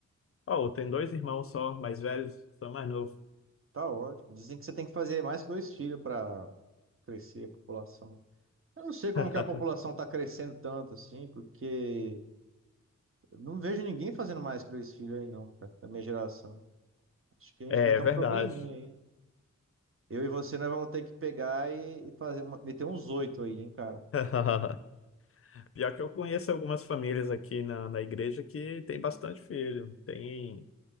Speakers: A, on the left (about 50°); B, on the right (about 45°).
A: Oh, tem dois irmãos só, mais velhos, sou mais novo.
B: Tá ótimo. Dizem que você tem que fazer mais que dois filhos para crescer a população. Eu não sei como
A: <laughs>
B: que a população tá crescendo tanto assim, porque eu não vejo ninguém fazendo mais que dois filhos aí não, cara, da minha geração. Acho que a gente
A: É
B: vai ter
A: verdade.
B: um probleminha aí. Eu e você, nós vamos ter que pegar e, e fazer, uma- meter uns oito aí, hein, cara.
A: <laughs> Pior que eu conheço algumas famílias aqui na, na igreja que tem bastante filho. Tem,